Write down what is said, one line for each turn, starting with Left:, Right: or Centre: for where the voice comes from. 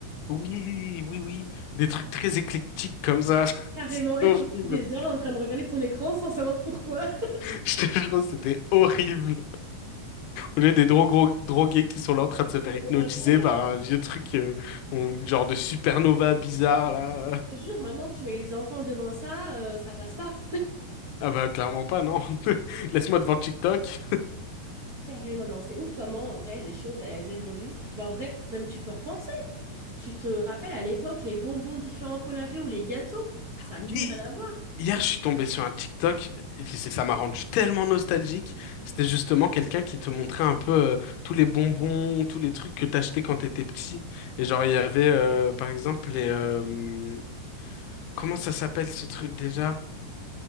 Left: Oui, oui, oui. Des trucs très éclectiques comme ça. <laughs>
Right: Carrément.
Left: C'était
Right: Et
Left: horrible.
Right: tu restais des heures en train de regarder ton écran sans savoir pourquoi. <laughs>
Left: <laughs> Je te jure, c'était horrible. On a des dro- gros- drogués qui sont là en train de se faire
Right: Non,
Left: hypnotiser
Right: Mais incroyable.
Left: par un vieux truc, euh, ou une genre de supernova bizarre, là.
Right: Je te jure, maintenant, tu mets les enfants devant ça, euh, ça passe pas.
Left: Ah bah, clairement pas, non. <laughs> Laisse-moi devant TikTok.
Right: <laughs> Carrément, non, c'est ouf comment, en vrai, les choses, elles, évoluent. Mais en vrai, même tu peux repenser. Tu te rappelles à l'époque les bonbons différents qu'on avait ou les gâteaux? Ça a
Left: Oui,
Right: plus rien à voir.
Left: hier, je suis tombé sur un TikTok, et c'est- ça m'a rendu tellement nostalgique. C'était justement quelqu'un qui te montrait un peu euh, tous les bonbons, tous les trucs que t'achetais quand t'étais petit. Et genre, il y avait, euh, par exemple, les... euh, comment ça s'appelle ce truc déjà?